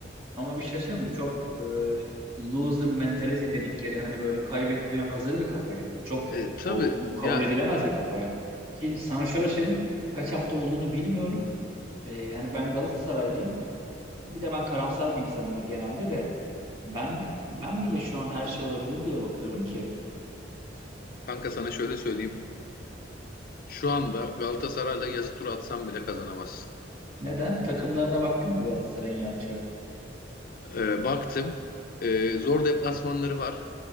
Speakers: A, on the right; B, on the left.
A: ama bir şey söyleyeyim mi? Bu çok e, loser mentality dedikleri hani böyle kaybetmeye hazır bir kafa ya. Bu çok
B: E, tabii
A: o- bu kabul
B: ya
A: edilemez bir kafa ya. Ki sana şöyle söyleyeyim. Kaç hafta olduğunu bilmiyorum. Ee, yani ben Galatasaraylıyım. Bir de ben karamsar bir insanımdır genelde de. Ben bi- ben bile şu an her şey olabilir diye bakıyorum ki.
B: kanka sana şöyle söyleyeyim. Şu anda Galatasaray'la yazı turu atsam bile kazanamazsın.
A: Neden? Takımlarına baktın mı Galatasaray'ın yapacağı?
B: Ee, baktım. Ee, zor deplasmanları var.